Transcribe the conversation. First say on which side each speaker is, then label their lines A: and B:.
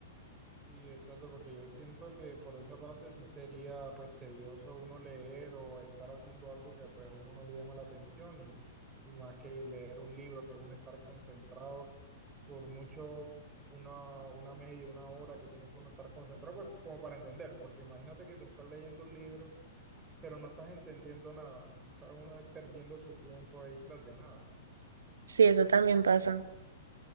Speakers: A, on the right; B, on the right.
A: Sí, exacto, porque yo siento que por esa parte sí sería pues tedioso uno leer o estar haciendo algo que pues a uno no le llama la atención y, y más que leer un libro, que es uno estar concentrado por mucho una, una media, una hora que tiene que uno estar concentrado, pues como para entender, porque imagínate que te estás leyendo un libro, pero no estás entendiendo nada, está uno ahí perdiendo su tiempo ahí tras de nada.
B: Sí, eso también pasa.